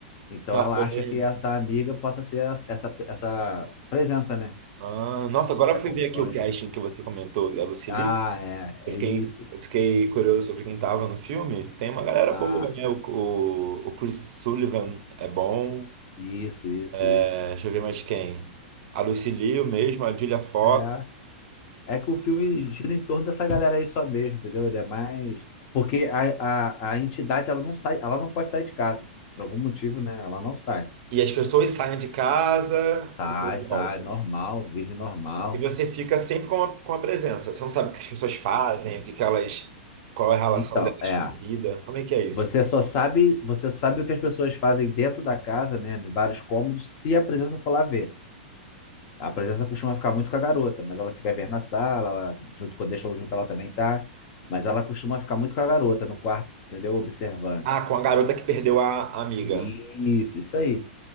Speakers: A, on the left; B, on the right.
A: Então
B: Nossa,
A: ela
B: olhei.
A: acha que essa amiga possa ser a- essa, essa presença, né,
B: Ah, nossa, agora
A: que
B: eu fui
A: acompanha.
B: ver aqui o casting que você comentou, a Lucille
A: Ah,
B: Eu
A: é,
B: fiquei,
A: é isso.
B: eu fiquei curioso sobre quem tava no filme. Tem uma galera
A: Ah,
B: boa, né? O, o, o Chris Sullivan é bom.
A: isso, isso, isso.
B: É, deixa eu ver mais quem. A Lucy Liu mesmo, a Julia Fox.
A: É, é que o filme gira em torno dessa galera aí só mesmo, entendeu? Ele é mais. Porque a, a, a entidade, ela não sai, ela não pode sair de casa. Por algum motivo, né? Ela não sai.
B: E as pessoas saem de casa
A: Sai,
B: e depois
A: sai,
B: voltam.
A: normal, vive normal.
B: E você fica sempre com a, com a presença. Você não sabe o que as pessoas fazem, o que que elas, qual é a relação
A: Então,
B: delas
A: é.
B: com a vida. Como é que é isso?
A: Você só sabe, você sabe o que as pessoas fazem dentro da casa, né? Em vários cômodos, se a presença for lá ver. A presença costuma ficar muito com a garota, mas ela fica a ver na sala, ela, junto com deixa junto, ela também tá. Mas ela costuma ficar muito com a garota no quarto, entendeu? Observando.
B: Ah, com a garota que perdeu a, a amiga.
A: Isso, isso aí.